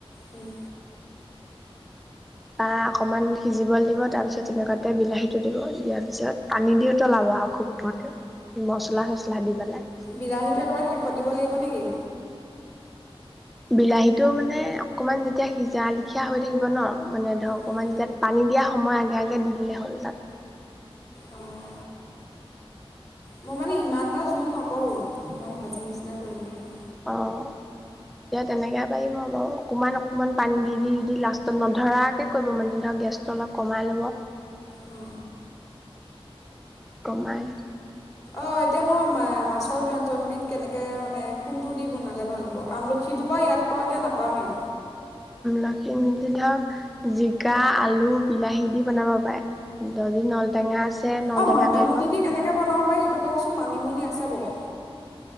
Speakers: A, on the left; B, in the centre.
A: উম।
B: তা অকমান সিজিবলৈ দিব তাৰ পিছত তেনেকুৱাতে বিলাহীতটো দিব দিয়াৰ পিছত পানী দি উতলাব আৰু খুববৰতে মচলা চচলা দি পেলাই।
A: বিলাহীটো একেবাৰে শেষত দিব লাগিব নেকি?
B: বিলাহীতটো মানে অকমান যেতিয়া সিজা লিখিয়া হৈ থাকিব ন - মানে ধৰক অকণমান
A: উম,
B: যেতিয়া পানী দিয়া - সময় আগে আগে দি দিলে হ'ল তাত।
A: অঁ মই মানে ইমান এটা জোল নকৰো অমান ভাজি নিচিনা কৰিম মানে।
B: অ তেতিয়া তেনেকে পাৰিব বলাৰ অকমান অকমান পানী দি দি দি দি লাষ্টত নধৰাকে কৰিব মানে ধৰক গেছটো অলপ কমাই ল'ব।
A: অ
B: কমাই
A: অ এতিয়া মই মাছৰ ব্যঞ্জনবিধ কেনেকে মানে কোনটো দি বনালে ভাল হ'ব আমলখিটো বাৰু ইয়াত পাওঁ এতিয়া নাপামেই।
B: লখি ধৰক জিকা আলু বিলাহী দি বনাব পাৰে যদি নলটেঙা নলটেঙা
A: অ মানিমুনি
B: পাৰিব
A: দি কেনেকে বনাও? সেইটো কওকচোন, মানিমুনি আছে বাৰু।